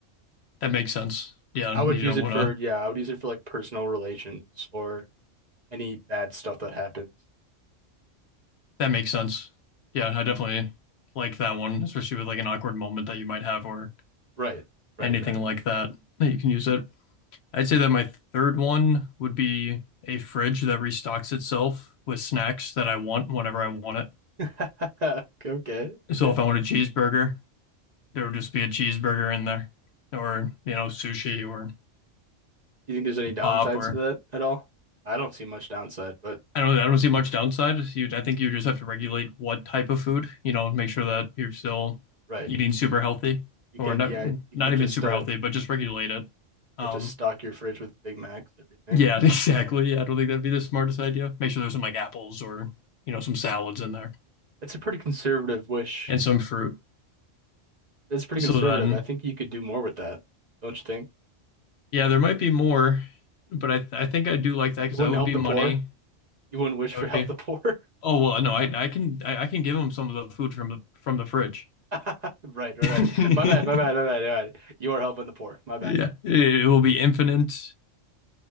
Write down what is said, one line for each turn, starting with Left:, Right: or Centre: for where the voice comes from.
Left: that makes sense. Yeah.
Right: I would
Left: You
Right: use
Left: don't
Right: it
Left: want
Right: for,
Left: to
Right: yeah, I would use it for like personal relations or any bad stuff that happens.
Left: That makes sense. Yeah, I definitely like that one, especially with like an awkward moment that you might have or
Right: Right, right,
Left: anything
Right: right,
Left: like
Right: right,
Left: that that you can use it. I'd say that my third one would be a fridge that restocks itself with snacks that I want whenever I want it.
Right: right. <laughs> Okay, okay,
Left: So
Right: okay.
Left: if I want a cheeseburger, there would just be a cheeseburger in there or, you know, sushi or
Right: Do you think there's any downsides
Left: pop or
Right: to that at all? I don't see much downside, but
Left: I don't I don't see much downside. You I think you just have to regulate what type of food, you know, make sure that you're still
Right: right,
Left: eating super healthy
Right: you
Left: or
Right: can't.
Left: not
Right: Yeah, you
Left: not
Right: can't
Left: even
Right: just
Left: super
Right: uh,
Left: healthy, but just regulate it. Um
Right: can't just stock your fridge with Big Macs every night.
Left: yeah, <laughs> exactly. Yeah, I don't think that'd be the smartest idea. Make sure there's some like apples or, you know, some salads in there
Right: That's a pretty conservative wish.
Left: and some fruit.
Right: That's pretty
Left: So
Right: conservative.
Left: then,
Right: I think you could do more with that, don't you think?
Left: yeah, there might be more, but I I think I do like that because
Right: You wouldn't
Left: that would
Right: help
Left: be
Right: the
Left: money.
Right: poor. You wouldn't wish
Left: That
Right: for
Left: would
Right: help
Left: be
Right: the poor.
Left: Oh well, no, I I can I, I can give them some of the food from the from the fridge.
Right: <laughs> Right, right, right.
Left: <laughs>
Right: My bad, my bad, my bad, my bad. You are helping the poor. My bad.
Left: Yeah, it it will be infinite